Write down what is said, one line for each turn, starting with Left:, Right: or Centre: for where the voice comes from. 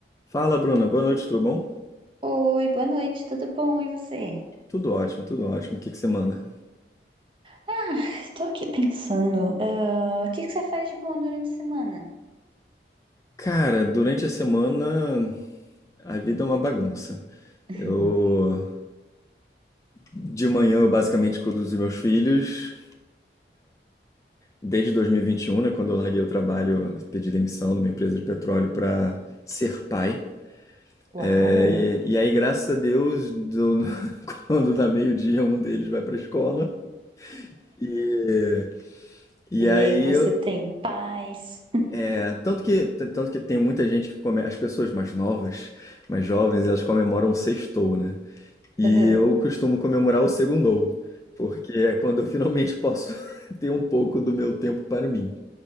Left: Fala, Bruna. Boa noite, tudo bom?
Right: Oi, boa noite, tudo bom? E você?
Left: Tudo ótimo, tudo ótimo. O que que você manda?
Right: Ah, estou aqui pensando, ah, o que que você faz de bom durante a semana?
Left: Cara, durante a semana a vida é uma bagunça.
Right: <laughs>
Left: Eu de manhã eu basicamente cuido dos meus filhos desde dois mil e e vinte e um, né, quando eu larguei o trabalho, pedi demissão de uma empresa de petróleo para ser pai.
Right: Uau!
Left: É, e, e aí, graças a Deus, do- <laughs> quando dá meio-dia, um deles vai para a escola. E, e
Right: E
Left: aí
Right: aí, você tem paz?
Left: É, tanto que, t- tanto que tem muita gente que come, as pessoas mais novas, mais jovens, elas comemoram o sextou, né? E
Right: Aham.
Left: eu costumo comemorar o segundou, porque é quando eu finalmente posso <laughs> ter um pouco do meu tempo para mim.